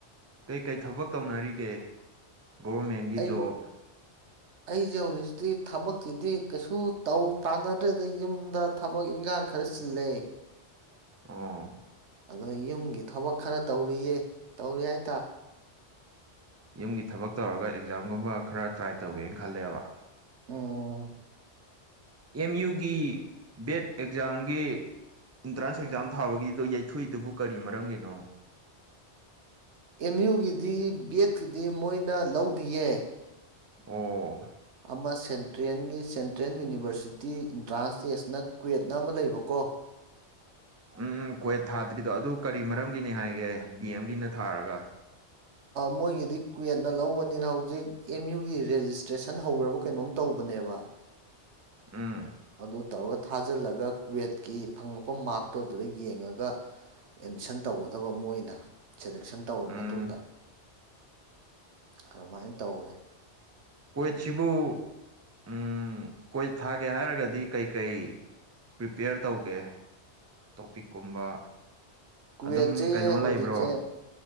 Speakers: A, on the right (about 15°); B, on the right (about 85°).
A: ꯀꯩꯀꯩ ꯊꯕꯛ ꯇꯧꯅꯔꯤꯒꯦ ꯒꯣꯔꯔꯃꯦꯟꯒꯤ
B: ꯑꯩ
A: ꯖꯣꯕ
B: ꯑꯩꯁꯦ ꯍꯧꯖꯤꯛꯇꯤ ꯊꯕꯛꯇꯤꯗꯤ ꯀꯩꯁꯨ ꯇꯧ ꯇꯥꯟꯅꯗ꯭ꯔꯦꯗ ꯌꯨꯝꯗ ꯊꯕꯛ ꯏꯟꯈꯥꯡ ꯈꯔ ꯆꯤꯜꯂꯦ
A: ꯑꯣ
B: ꯑꯗ ꯌꯨꯝꯒꯤ ꯊꯕꯛ ꯈꯔ ꯇꯧꯔꯤꯌꯦ ꯇꯧꯔꯤ ꯍꯥꯏ
A: ꯌꯨꯝꯒꯤ ꯊꯕꯛ ꯇꯧꯔꯒ ꯑꯦꯛꯖꯥꯝꯒꯨꯝꯕ ꯈꯔ ꯇ꯭ꯔꯥꯏ ꯇꯧꯒꯦꯅ ꯈꯜꯂꯦꯕ
B: ꯎꯝ
A: ꯑꯦꯝ ꯌꯨꯒꯤ ꯕꯦꯠ ꯑꯦꯛꯖꯥꯝꯒꯤ ꯑꯦꯟꯇ꯭ꯔꯥꯟꯁ ꯑꯦꯛꯖꯥꯝ ꯊꯥꯕꯒꯤꯗꯣ ꯌꯩꯊꯣꯛꯏꯗꯨꯕꯨ ꯀꯔꯤ ꯃꯔꯝꯒꯤꯅꯣ
B: ꯑꯦꯝ ꯌꯨꯒꯤꯗꯤ ꯕꯦꯠꯀꯤꯗꯤ ꯃꯣꯏꯗ ꯂꯧꯗꯤꯌꯦ
A: ꯑꯣ
B: ꯑꯃ ꯁꯦꯟꯇ꯭ꯔꯦꯟꯒꯤ ꯁꯦꯟꯇ꯭ꯔꯦꯟ ꯌꯨꯅꯤꯚꯔꯁꯤꯇꯤ ꯑꯦꯟꯇ꯭ꯔꯥꯟꯁ ꯇꯦꯁꯅ ꯀ꯭ꯋꯦꯠꯅ ꯑꯃ ꯂꯩꯕꯀꯣ
A: ꯎꯝ ꯀ꯭ꯋꯦꯠ ꯊꯥꯗ꯭ꯔꯤꯗꯣ ꯑꯗꯨ ꯀꯔꯤ ꯃꯔꯝꯒꯤꯅꯤ ꯍꯥꯏꯒꯦ ꯗꯤ ꯑꯦꯝꯒꯤꯅ ꯊꯥꯔꯒ
B: ꯃꯣꯏꯒꯤꯗꯤ ꯀ꯭ꯋꯦꯠꯅ ꯂꯧꯕꯅꯤꯅ ꯍꯧꯖꯤꯛ ꯑꯦꯝ ꯌꯨꯒꯤ ꯔꯦꯖꯤꯁꯇ꯭ꯔꯦꯁꯟ ꯍꯧꯈ꯭ꯔꯕ ꯀꯩꯅꯣꯝ ꯇꯧꯕꯅꯦꯕ
A: ꯎꯝ
B: ꯑꯗꯨ ꯇꯧꯔꯒ ꯊꯥꯖꯤꯜꯂꯒ ꯀ꯭ꯋꯦꯠꯀꯤ ꯐꯪꯉꯛꯄ ꯃꯥꯔꯛꯇꯣ ꯑꯗꯨꯗ ꯌꯦꯡꯉꯒ ꯑꯦꯠꯃꯤꯁꯟ ꯇꯧꯒꯗꯕ ꯃꫭꯏꯅ ꯁꯦꯂꯦꯛꯁꯟ ꯇꯧꯔꯕ
A: ꯎꯝ
B: ꯃꯇꯨꯡꯗ ꯑꯗꯨꯃꯥꯏꯅ ꯇꯧꯋꯦ
A: ꯑꯣꯏꯣꯏꯠꯁꯤꯕꯨ ꯎꯝ ꯀꯣꯏꯠ ꯊꯥꯒꯦ ꯍꯥꯏꯔꯒꯗꯤ ꯀꯩꯀꯩ ꯄ꯭ꯔꯤꯄꯦꯌꯔ ꯇꯧꯒꯦ ꯇꯣꯄꯤꯛꯀꯨꯝꯕ
B: ꯀꯨꯋꯦꯠꯁꯦ
A: ꯑꯗꯨꯝ ꯀꯩꯅꯣ
B: ꯍꯧꯖꯤꯛꯁꯦ
A: ꯂꯩꯕ꯭ꯔꯣ